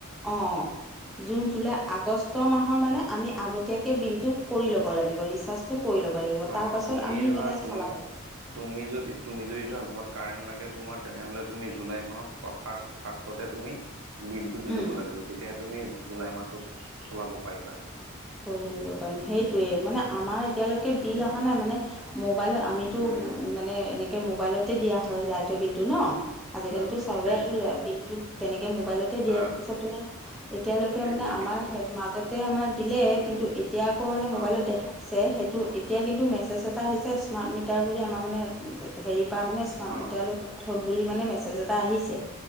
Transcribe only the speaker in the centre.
অ', জুন জুলাই আগ আগষ্টৰ মাহৰ মানে আমি আগতীয়াকৈ বিলটো কৰি ল'ব লাগিব, ৰিচাৰ্জ কৰি ল'ব লাগিব
তাৰপাছত
আমি
মানে
চলা হৈ
উম
চলিব পাৰিম সেইটোৱে, মানে আমাৰ এতিয়ালৈকে বিল অহা নাই মানে মোবাইলত আমিতো মানে এনেকে মোবাইলতে দিয়া হয় এতিয়া বিলটো ন। আজিকালিতো
চাই
আৰু বিলটোত তেনেকে মোবাইলত দিয়ে
তাৰপিছত তোমাৰ এতিয়ালৈকে
মানে আমাৰ
সেৰি মাজতে আমাৰ দিলে, কিন্তু এতিয়া আকৌ মানে মোবাইলত
দেখাইছে সেইটো এতিয়া কিন্তু মেছেজ এটা আহিছে স্মাৰ্ট মিটাৰ বুলি আমাৰ মানে হেৰি পৰা মানে স্মাৰ্ট
মিটাৰলৈ কনভাৰ্ট হল' বুলি মানে মেছেজ এটা আহিছে।